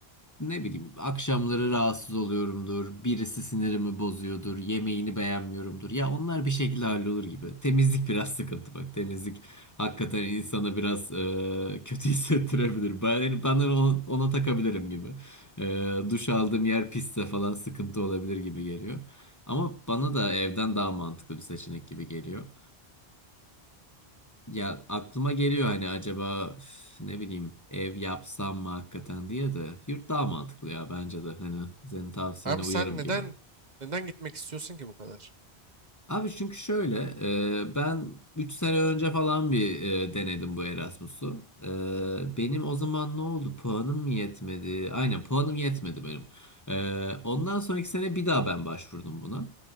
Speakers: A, on the left (about 15°); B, on the right (about 45°).
A: ne bileyim akşamları rahatsız oluyorumdur, birisi sinirimi bozuyordur, yemeğini beğenmiyorumdur. Ya onlar bir şekilde hallolur gibi. Temizlik biraz sıkıntı bak. Temizlik hakikaten insana biraz e, kötü <laughs> hissettirebilir. Ben, yani ona, ona takabilirim gibi. E, duş aldığım yer pisse falan sıkıntı olabilir gibi geliyor. Ama bana da evden daha mantıklı bir seçenek gibi geliyor. Ya aklıma geliyor hani acaba üf, ne bileyim ev yapsam mı hakikaten diye de yurt daha mantıklı ya bence de hani senin tavsiyene
B: Abi
A: uyarım
B: sen neden
A: gibi.
B: neden gitmek istiyorsun ki bu kadar?
A: Abi çünkü şöyle e, ben 3 sene önce falan bir e, denedim bu Erasmus'u. E, benim o zaman ne oldu? Puanım mı yetmedi? Aynen puanım yetmedi benim. E, ondan sonraki sene bir daha ben başvurdum buna.